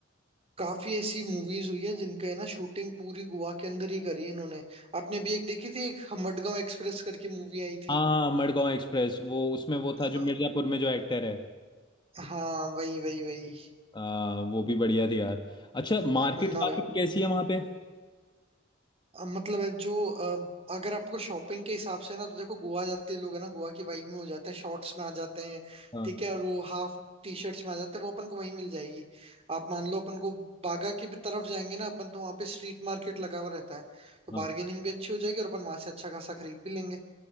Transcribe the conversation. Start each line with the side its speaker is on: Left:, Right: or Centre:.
Right: काफी ऐसी मूवीज हुई है जिनका है ना शूटिंग पूरी गोवा के अंदर ही करी है इन्होंने आपने अभी एक देखी थी एक मडगांव एक्सप्रेस करके मूवी आई थी
Left: हाँ मडगांव एक्सप्रेस वो उसमें वो था
Right: है
Left: जो
Right: ना?
Left: मिर्जापुर में जो एक्टर है
Right: हाँ वही वही वही
Left: आ, वो भी बढ़िया थी यार अच्छा मार्केट
Right: मुन्ना
Left: मार्केट
Right: भाई
Left: कैसी
Right: हम्म।
Left: है वहाँ पे
Right: अ, मतलब है जो अ, अगर आपको शॉपिंग के हिसाब से ना तो देखो गोवा जाते लोग है ना गोवा की वाइब में हो जाते हैं शॉर्ट्स में आ जाते हैं
Left: हाँ
Right: ठीक है और वो हाफ टी शर्ट्स में आ जाते हैं वो अपन को वहीं मिल जाएगी आप मान लो अपन को बागा की भी तरफ जाएंगे ना अपन तो वहाँ पे स्ट्रीट मार्केट लगा हुआ रहता है तो बार्गेनिंग
Left: हाँ
Right: भी अच्छी हो जाएगी और अपन वहां से अच्छा खासा खरीद भी लेंगे